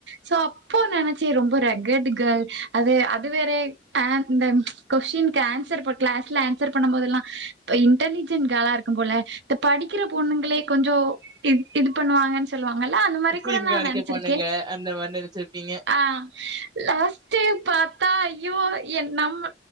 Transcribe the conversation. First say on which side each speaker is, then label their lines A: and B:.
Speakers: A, on the right; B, on the right.
A: சோ அப்போ நெனைச்சே ரொம்ப ரக்கடு கேள் அது அது வேறே பேன் இந்த கொஸ்டினுக்கு ஆன்சர் போட்ல கிளாஸ்ல ஆன்சர் பண்ணம் போதெல்லா ப இன்ட்டலிஜெண் கேளா இருக்கும் போல த படிக்கிற பொண்ணுங்குளே கொஞ்சோ இன் இது பண்ணுவாங்கன் சொல்லுவா ங்களா அந்த மாரி
B: சீன்
A: கூட நா
B: காமிக்க
A: நென்ச்சிருக்கேன்
B: போனங்க அந்த மாரி நெனச்சிருப்பீங்க
A: ஆ லாஸ்ட்டு பாத்தா ஐயோ என் நம்மு